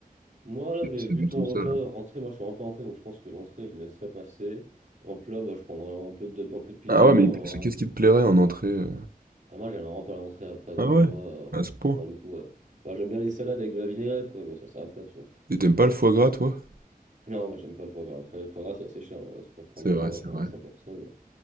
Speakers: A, on the right; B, on the right.
A: Moi, là, j'ai
B: si
A: vu
B: y avait
A: ton
B: tout
A: repas,
B: ça, là.
A: entrée, moi, je suis vraiment pas entrée, donc je pense que l'entrée, je laisserai passer. En plat, bah, je prendrai un peu de, un peu de pizza,
B: Ah ouais, mais
A: un
B: c'est- qu'est-ce qui te plairait en entrée euh
A: Ah, moi, j'aime vraiment pas l'entrée après, donc
B: Ah ouais,
A: moi, euh,
B: à ce point.
A: pour le coup, euh, moi, j'aime bien les salades avec de la vinaigrette, quoi, mais ça s'arrête là, tu vois.
B: Et t'aimes pas le foie gras, toi?
A: Non, moi, j'aime pas le foie gras. Après, le foie gras, c'est assez cher, on va te faire prendre
B: C'est
A: du
B: vrai,
A: foie gras
B: c'est
A: pour
B: vrai.
A: 25 personnes.